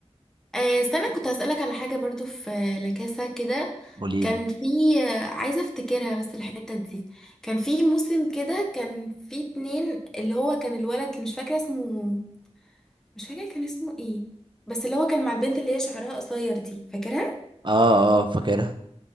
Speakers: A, in the centre; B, on the right.
A: آه، استنى كنت هسألك على حاجة برضو في لكاسة كده
B: قولي
A: كان
B: لي
A: في آه، عايزة افتكرها بس الحتة دي كان في موسم كده كان في اتنين اللي هو كان الولد مش فاكرة اسمه مش فاكرة كان اسمه ايه بس اللي هو كان مع البنت اللي هي شعرها قصير دي فاكرها
B: اه اه فاكرها